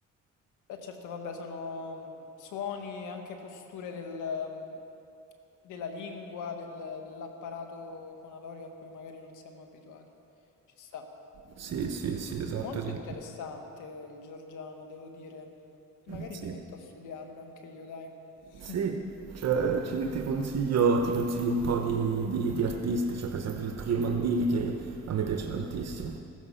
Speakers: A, on the left; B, on the right.
A: Beh, certo, vabbè, sono mh, suoni e anche posture del, mh, della lingua, del- dell'apparato fonatorio a cui magari non siamo abituati. Ci sta.
B: Sì, sì, sì, esatto,
A: Molto
B: esatto.
A: interessante il georgiano, devo dire. Magari
B: Sì.
A: mi metto a studiarlo anche io, dai.
B: Sì,
A: <laughs>
B: cioè, ci- ti consiglio, ti consiglio un po' di, di- di artisti, cioè per esempio il trio Mandili che a me piace tantissimo.